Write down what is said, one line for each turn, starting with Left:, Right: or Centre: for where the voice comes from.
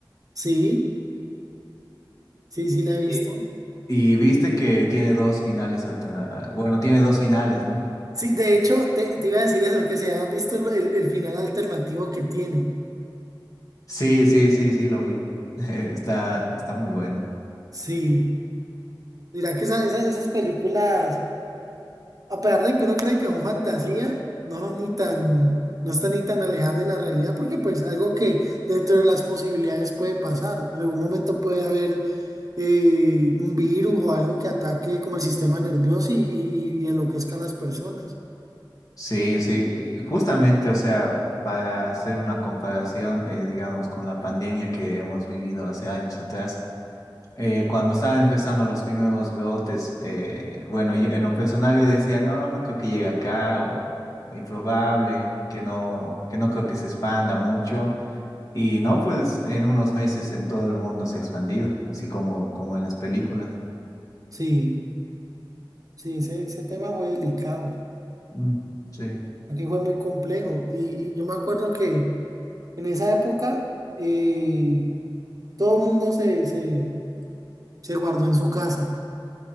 Right: Sí, sí, sí la he visto.
Left: Sí. y viste que tiene dos finales alterna- Bueno, tiene dos finales, ¿no?
Right: Sí, de hecho, te, te iba a decir eso, que se ha visto el, el- el final alternativo que tiene.
Left: Sí, sí, sí, sí, lo vi. <laughs> Está, está muy bueno.
Right: Sí. Dirá que esa- esa- esas películas, a pesar de que uno cree que son fantasía, no son ni tan, no están ni tan alejadas de la realidad, porque pues algo que dentro de las posibilidades puede pasar. En algún momento puede haber eh, un virus o algo que ataque como el sistema nervioso y, y, y enloquezca a las personas.
Left: Sí, sí, y justamente, o sea, para hacer una comparación, eh, digamos, con la pandemia que hemos vivido hace años atrás, eh, cuando estaban empezando los primeros brotes, eh, bueno, yo en lo personal yo decía, no, no creo que llegue acá, o, o improbable, que no, que no creo que se expanda mucho, y no, pues en unos meses en todo el mundo se ha expandido, así como, como en las películas.
Right: Sí, sí, ese, ese tema fue delicado.
Left: Mm, sí.
Right: Aquí fue muy complejo. y y yo me acuerdo que En esa época, eh, todo el mundo se, se, se guardó en su casa,